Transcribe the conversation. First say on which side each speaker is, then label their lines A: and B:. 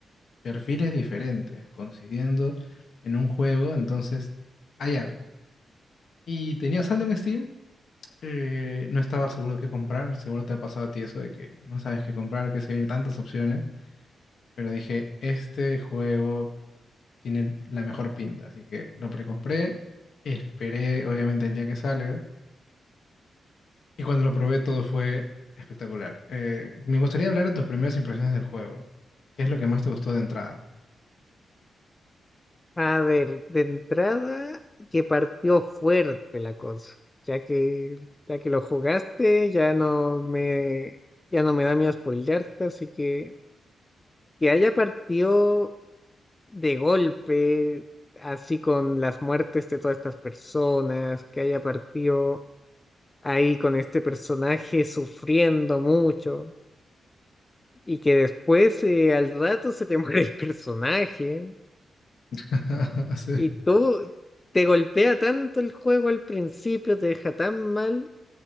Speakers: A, on the left; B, on the left.
A: perfiles diferentes, coincidiendo en un juego, entonces hay algo. Y tenía saldo en Steam, eh, no estaba seguro qué comprar, seguro te ha pasado a ti eso de que no sabes qué comprar, que se ven tantas opciones pero dije, este juego tiene la mejor pinta, así que lo precompré, esperé obviamente el día que salga y cuando lo probé todo fue espectacular. Eh, me gustaría hablar de tus primeras impresiones del juego. ¿Qué es lo que más te gustó de entrada?
B: A ver, de entrada que partió fuerte la cosa, ya que ya que lo jugaste, ya no me ya no me da miedo spoilearte, así que que haya partido de golpe, así con las muertes de todas estas personas, que haya partido ahí con este personaje sufriendo mucho y que después eh, al rato se te <laughs> muere el personaje
A: <laughs> Sí,
B: Y todo te golpea tanto el juego al principio, te deja tan mal,